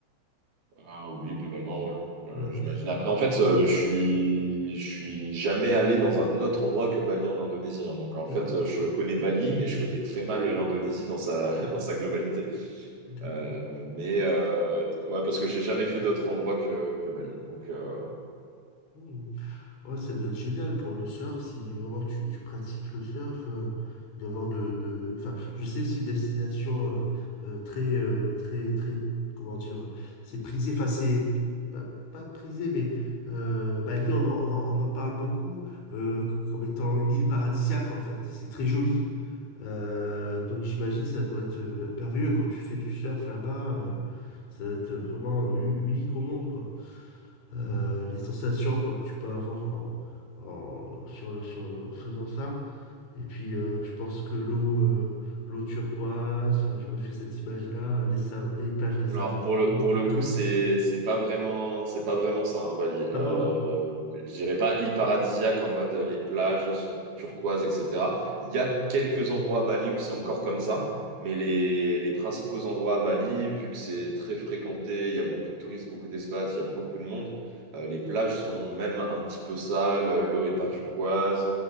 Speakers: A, on the right; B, on the left.
A: Ah oui, globalement, ouais. Euh,
B: Voilà,
A: j'imagine.
B: c'est ça.
A: Après, en fait, euh, je suis, je suis jamais allé dans un autre endroit que Bali en Indonésie. hein. Donc, en
B: D'accord,
A: fait, euh, je connais Bali, mais je connais très mal l'Indonésie dans sa, <laughs> dans sa globalité.
B: d'accord.
A: Euh, mais euh, ouais, parce que j'ai jamais fait d'autre endroit que, que Bali. Donc, euh,
B: Hmm. Ouais, ça doit être génial pour le surf si vraiment tu, tu pratiques le surf. euh, d'avoir de, de enfin je sais que c'est une destination euh, euh, très euh, très très comment dire euh, c'est prisé enfin c'est pas, pas prisé mais euh, Bali on en, on en- on en parle beaucoup euh, comme étant une île paradisiaque en fait c'est très joli Euh, donc j'imagine ça doit être euh, merveilleux quand tu fais du surf là-bas euh, ça doit être vraiment euh, u- unique au monde quoi euh, les sensations quoi, que tu peux avoir en, en- sur le, sur le- en faisant ça. Et puis, euh, je pense que l'eau euh, l'eau turquoise, enfin, je me fais cette image-là, les, sa- les plages de sable
A: Alors pour
B: fin.
A: le pour le
B: <laughs>
A: coup c'est c'est pas vraiment c'est pas vraiment ça hein, Bali.
B: Ah
A: Euh,
B: bon,
A: je dirais pas île paradisiaque en mode les plages sont turquoises etc. Il y a quelques endroits à Bali où c'est encore comme ça, mais les les principaux endroits à Bali vu que c'est très fréquenté, il y a beaucoup de touristes, beaucoup d'expats, il y a beaucoup de monde. euh, les plages sont même un petit peu sales, l'eau est pas turquoise.